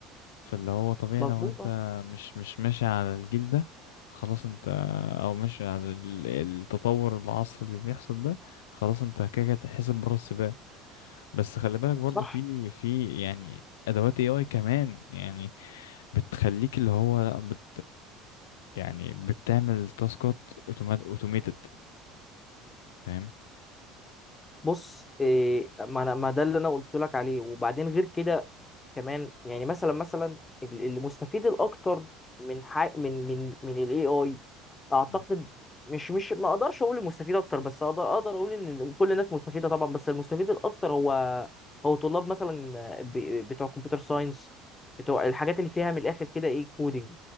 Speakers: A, on the left; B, on the left.
A: فاللي هو طبيعي
B: مظبوط
A: لو انت
B: آه.
A: مش مش ماشي على الجيل ده خلاص انت او ماشي على ال- التطور العصر اللي بيحصل ده خلاص انت كده كده هتتحسب بره السباق بس خلي بالك برضو
B: صح
A: في في يعني ادوات اي اي كمان يعني بتخليك اللي هو لا بت يعني بتعمل تاسكات اوتوماتد فاهم
B: بص إيه ما انا ما ده اللي انا قلت لك عليه وبعدين غير كده كمان يعني مثلا مثلا ال- المستفيد الاكتر من حي... من من من الاي اي اعتقد
A: مم.
B: مش مش ما اقدرش اقول المستفيد اكتر بس اقدر اقدر اقول ان كل الناس مستفيده طبعا بس المستفيد الاكتر هو هو طلاب مثلا ب... بتوع كمبيوتر ساينس بتوع الحاجات اللي فيها من الاخر كده ايه كودينج